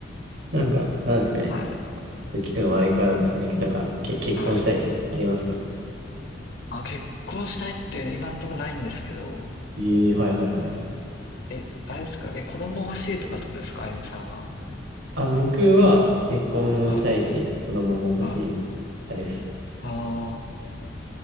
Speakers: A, on the right; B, on the left.
A: なんか、なんですかね。
B: はい。
A: ちょっと聞くのはあれからかもしれないけど、なんか、け、結婚したいとかありますか
B: はい。あ、結婚したいっていうの今んとこないんですけど、
A: ええはいはいはいはい。
B: え、あれですかえ、子供欲しいとかってことですかあゆむさんは。
A: あ、僕は結婚もしたいし、
B: はい。
A: 子供も欲しい
B: はい。
A: 派です。
B: あー